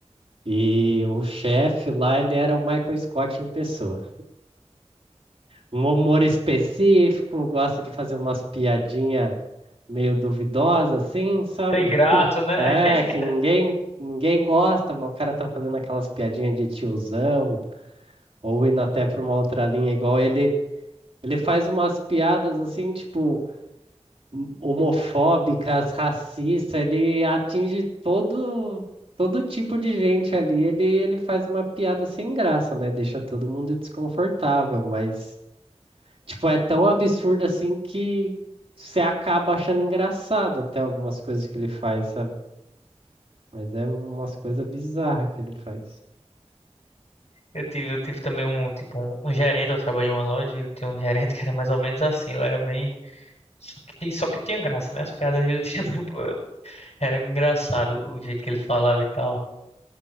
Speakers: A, on the right; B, on the left.
A: e o chefe lá, ele era o Michael Scott em pessoa. Um humor específico, gosta de fazer umas piadinhas meio duvidosas, assim, sabe?
B: Sem graça, né?
A: É,
B: <laughs>
A: que ninguém, ninguém gosta, mas o cara tá fazendo aquelas piadinhas de tiozão, ou indo até pra uma outra linha, igual ele, ele faz umas piadas assim, tipo, hum, homofóbicas, racistas, ele atinge todo, todo tipo de gente ali, ele, ele faz uma piada sem graça, né? Deixa todo mundo desconfortável, mas, tipo, é tão absurdo assim que você acaba achando engraçado até algumas coisas que ele faz, sabe? Mas é umas coisas bizarras que ele faz.
B: Eu tive, eu tive também um, tipo, um, um gerente, eu trabalhei em uma loja e eu tinha um gerente <laughs> que era mais ou menos assim, ele era bem... Só que, só que tinha graça, né? As piadas dele tinha... <laughs> Era engraçado o jeito que ele falava e tal.